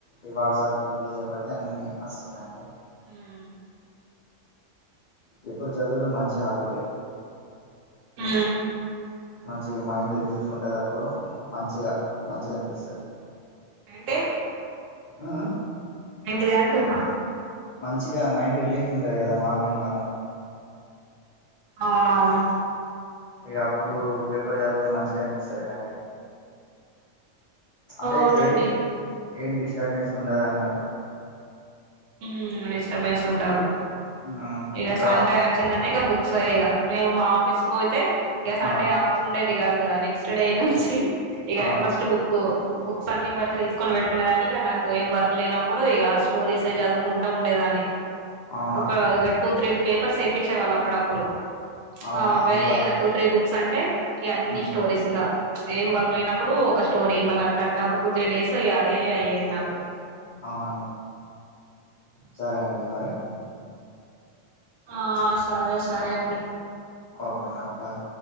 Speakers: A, on the left; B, on the right.
A: ఈ వాట్సాప్ గ్రూప్లు చేయబట్టి అన్ని వస్తున్నాయండి
B: ఉమ్
A: ఎప్పుడు చదవడు మంచి హ్యాబిటే
B: ఊ
A: మంచిగా మైండ్ రిలీఫ్ ఉంటది అప్పుడు మంచిగా మంచిగా అనిపిస్తది
B: ఏంటి
A: ఆ ఆ
B: ఎంటిది అంటున్నా
A: మంచిగా మైండ్ రిలీఫ్ ఉంటది కదా మార్నింగ్ మార్నింగ్
B: అవునవును
A: ఇక అప్పుడు పేపర్ చదివితే మంచిగా అనిపిస్తది కదండి అంటే
B: అవునండి
A: ఏం ఏం డిస్టర్బెన్స్ ఉండదున్నట్టు
B: మ్మ్ డిస్టర్బెన్స్ ఉండదు
A: ఉమ్,
B: ఇక
A: ఇంకా
B: సండే వచ్చిందంటే ఇక బుక్ ఒకస ఇక నేను మా ఆఫీస్కి పోతే ఇక సండే
A: ఆ
B: ఆఫీస్ ఉండేది గాదు కదా నెక్స్ట్ డే నుంచి ఇక
A: ఆ
B: ఫస్ట్ బుకు బుక్స్ అన్ని బట్ తీసుకొని పెట్టుకునేదాన్ని ఇక నాకు ఏం వర్క్ లేనప్పుడు ఇగా స్టోరీస్ తే చదువుకుంటా ఉండేదాన్ని
A: అవునా
B: ఒక
A: అండి
B: ఇగా టూ త్రీ పేపర్స్ వేయించేవాళ్ళు అప్పుడప్పుడు
A: అవునా
B: ఆ అవే
A: ఇక
B: ఇగా టూ త్రీ బుక్స్ అంటే ఇ అన్ని
A: ఉమ్,
B: స్టోరీస్ గా ఏం వర్క్ లేనప్పుడు ఒక స్టోరీ మళ్ళీ అట్లా అట్లా ఒక టూ త్రీ డేస్ ఇగ అదే అయ్యేది నాకు
A: అవునా సరే అండి మరి
B: ఆ సరే సరే అండి
A: ఓకే మరి బాయ్